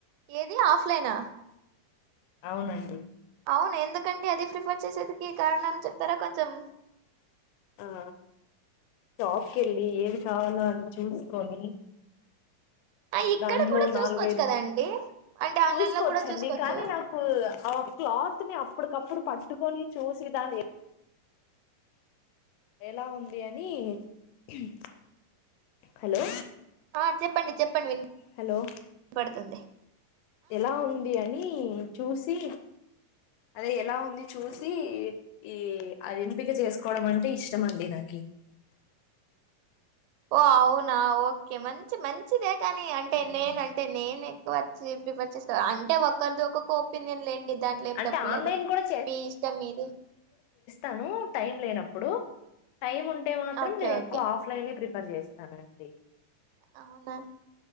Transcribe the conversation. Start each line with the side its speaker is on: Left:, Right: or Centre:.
Right: ఏది ఆఫ్లైనా
Left: అవునండి
Right: ఔనా ఎందుకండి అది ప్రిఫర్ చేసేదానికి కారణం చెప్తారా కొంచెం
Left: ఆ షాప్ కి వెళ్ళి ఏమి కావాలో అని చూసుకొని
Right: ఆ ఇక్కడ
Left: దాంట్లో
Right: కూడా చూసుకోవచ్చు
Left: నాలుగైదు
Right: కదండి అంటే ఆన్లైన్
Left: చూసుకోవచ్చండి
Right: లో కూడా చూసుకోవచ్చు
Left: కానీ నాకు ఆ క్లాత్ ని అప్పటికప్పుడు పట్టుకొని చూసి దాన్ని ఎలా ఉంది అని హ్మ్ హలో
Right: ఆ చెప్పండి చెప్పండి విని
Left: హలో
Right: పడుతుంది
Left: ఎలా ఉంది అని చూసి అదే ఎలా ఉంది ఎలా ఉంది అని చూసి ఈ అ ఎంపిక చేసుకోవడం అంటే ఇష్టం అండి నాకి <inaudible>
Right: ఓ అవునా ఓకే మంచి మంచిదే కాని అంటే
Left: మ్మ్.
Right: నేన అంటే నేను ఎక్కువ వచ్చి ప్రిఫర్ చేస్తా అ అంటే ఒక్కరిది ఒక్కొక్క ఒపీనియన్ లేండి దాంట్లో ఏం
Left: అంటే
Right: తప్పలేదు
Left: ఆన్లైన్ కూడా
Right: మీ ఇష్టం మీది
Left: తను టైం లేనప్పుడు టైం ఉంటే మాత్రం
Right: ఓకే
Left: నేను
Right: ఓకే
Left: ఎక్కువ ఆఫ్లైనే ప్రిఫర్ చేస్తానండి
Right: అవునా